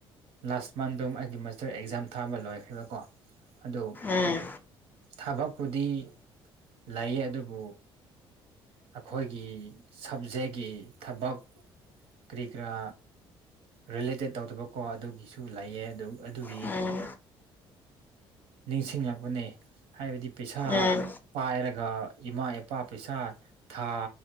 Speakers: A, on the right; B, on the left.
A: ꯂꯥꯁ ꯃꯟꯗꯨꯝ ꯑꯩꯒꯤ ꯃꯥꯁꯇꯔ ꯑꯦꯛꯖꯥꯝ ꯊꯥꯕ ꯂꯣꯏꯈ꯭ꯔꯦꯕꯀꯣ ꯑꯗꯨ
B: ꯎꯝ
A: ꯊꯕꯛꯄꯨꯗꯤ ꯂꯩꯌꯦ ꯑꯗꯨꯕꯨ ꯑꯈꯣꯏꯒꯤ ꯁꯕꯖꯦꯛꯒꯤ ꯊꯕꯛ ꯀꯔꯤ ꯀꯔꯥ ꯔꯤꯂꯦꯇꯦꯠ ꯇꯧꯗꯕꯀꯣ ꯑꯗꯨꯒꯤꯁꯨ ꯂꯩꯑꯦ ꯑꯗꯨꯝ ꯑꯗꯨꯒꯤ
B: ꯎꯝ
A: ꯅꯤꯡꯁꯤꯡꯂꯛꯄꯅꯦ ꯍꯥꯏꯕꯗꯤ ꯄꯩꯁꯥ
B: ꯎꯝ
A: ꯄꯥꯏꯔꯒ ꯑꯗꯨꯒ ꯏꯃꯥ ꯏꯄꯥ ꯄꯩꯁꯥ ꯊꯥ